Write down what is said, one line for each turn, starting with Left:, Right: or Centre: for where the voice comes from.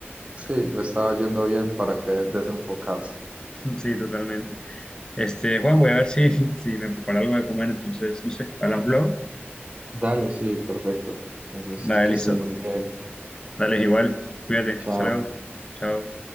Right: sí, le estaba yendo bien para que desenfocarse.
Left: <laughs> Sí, totalmente. Este, Juan, voy a ver si, si me preparo algo de comer. Entonces, no sé, hablamos luego.
Right: Dale, sí, perfecto. Entonces,
Left: Dale,
Right: que
Left: listo.
Right: estés muy bien.
Left: Dale, igual. Cuídate.
Right: Chao.
Left: Hasta luego. Chao.